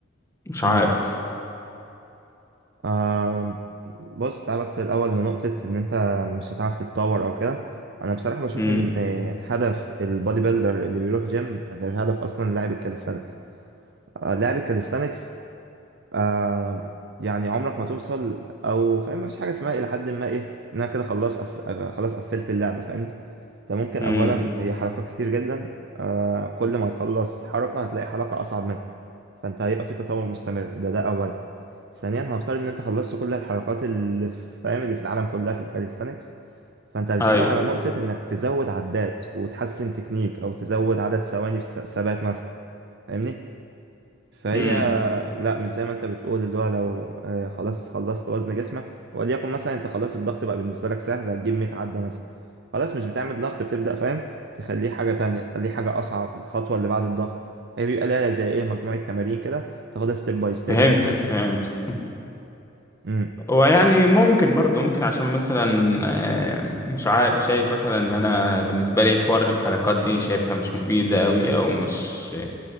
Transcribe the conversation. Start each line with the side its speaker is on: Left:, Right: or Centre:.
Left: مش
Right: امم
Left: عارف
Right: آه بص تعال بس الأول لنقطة إن أنت مش هتعرف تتطور أو كده أنا بصراحة بشوف
Left: امم
Right: إن هدف البودي بيلدر اللي بيروح جيم غير هدف أصلا لاعب الكاليستانكس آه لاعب الكاليستانكس آه يعني عمرك ما توصل أو فاهم مفيش حاجة اسمها إلى حد ما إيه إن أنا كده خلاص أف... آه، خلاص قفلت اللعبة فاهمني أنت ممكن
Left: امم
Right: أولا هي حركات كتير جدا آه كل ما هتخلص حركة هتلاقي حركة أصعب منها فأنت هيبقى في تطور مستمر ده ده أولا ثانيا هنفترض ان انت خلصت كل الحركات اللي في فاهم اللي في العالم كلها في الكاليستانكس فانت هتشتغل
Left: أيوه
Right: على نقطة انك تزود عدات وتحسن تكنيك او تزود عدد ثواني في ث- ثبات مثلا فاهمني فهي
Left: امم
Right: لا مش زي ما انت بتقول اللي هو لو آه، خلاص خلصت وزن جسمك وليكن مثلا انت خلاص الضغط بقى بالنسبة لك سهل هتجيب 100 عدة مثلا خلاص مش بتعمل ضغط بتبدأ فاهم تخليه حاجة تانية تخليه حاجة أصعب الخطوة اللي بعد الضغط هي بيبقى لها زي إيه مجموعة تمارين كده تاخدها ستيب باي ستيب
Left: فهمتك
Right: يعني
Left: فهمت
Right: امم
Left: ويعني ممكن برضه ممكن عشان مثلا آه، مش عارف شايف مثلا ان انا بالنسبه لي حوار الحركات دي شايفها مش مفيده قوي او مش